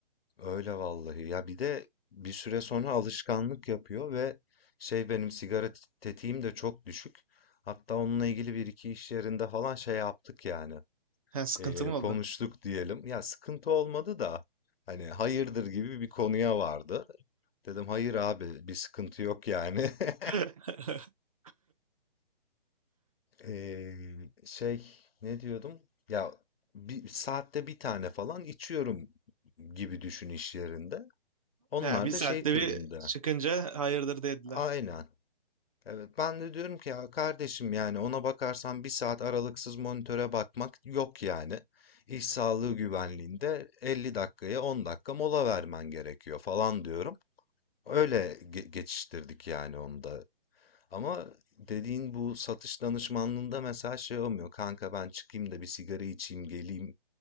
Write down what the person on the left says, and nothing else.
Öyle vallahi. Ya bir de bir süre sonra alışkanlık yapıyor ve şey benim sigara t- tetiğim de çok düşük. Hatta onunla ilgili bir iki iş yerinde falan şey yaptık yani.
Ee,
konuştuk
diyelim. Ya sıkıntı olmadı da hani hayırdır gibi bir konuya vardı. Dedim hayır abi bir sıkıntı yok yani. <laughs>
Ee, şey ne diyordum? Ya bir saatte bir tane falan içiyorum gibi düşün iş yerinde. Onlar
da şey tribinde.
Aynen. Evet, ben de diyorum ki ya kardeşim yani ona bakarsan bir saat aralıksız monitöre bakmak yok yani. İş sağlığı güvenliğinde 50 dakikaya 10 dakika mola vermen gerekiyor falan diyorum. Öyle ge- geçiştirdik yani onu da. Ama dediğin bu satış danışmanlığında mesela şey olmuyor. Kanka ben çıkayım da bir sigara içeyim geleyim.